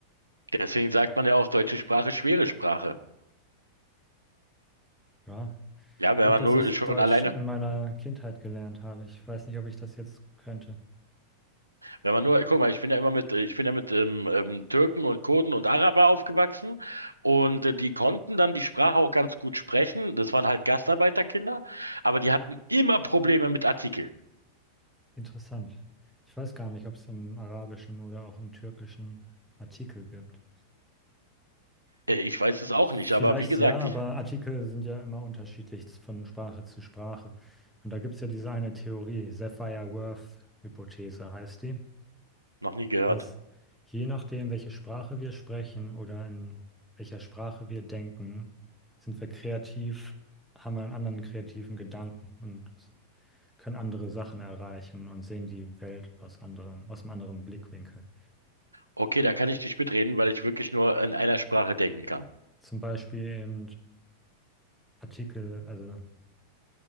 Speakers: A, on the right (about 80°); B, in the centre.
A: Deswegen sagt man ja auch, deutsche Sprache, schwere Sprache.
B: Ja,
A: Ja, wenn
B: Gut,
A: man
B: dass
A: nur
B: ich
A: schon
B: Deutsch
A: alleine
B: in meiner Kindheit gelernt habe. Ich weiß nicht, ob ich das jetzt könnte.
A: Wenn man nur, guck mal, ich bin ja immer mit, äh, ich bin ja mit ähm, ähm, Türken und Kurden und Araber aufgewachsen und äh, die konnten dann die Sprache auch ganz gut sprechen. Das waren halt Gastarbeiterkinder, aber die hatten immer Probleme mit Artikel.
B: Interessant. Ich weiß gar nicht, ob es im Arabischen oder auch im Türkischen Artikel gibt.
A: Äh, ich weiß es auch
B: Vielleicht
A: nicht, aber wie gesagt,
B: ja, aber
A: ich
B: Artikel sind ja immer unterschiedlich von Sprache zu Sprache. Und da gibt es ja diese eine Theorie, Sapir-Whorf-Hypothese heißt die,
A: noch nie gehört.
B: dass je nachdem, welche Sprache wir sprechen oder in welcher Sprache wir denken, sind wir kreativ, haben wir einen anderen kreativen Gedanken. Und können andere Sachen erreichen und sehen die Welt aus anderem, aus einem anderen Blickwinkel.
A: Okay, da kann ich nicht mitreden, weil ich wirklich nur in einer Sprache denken kann.
B: Zum Beispiel eben Artikel, also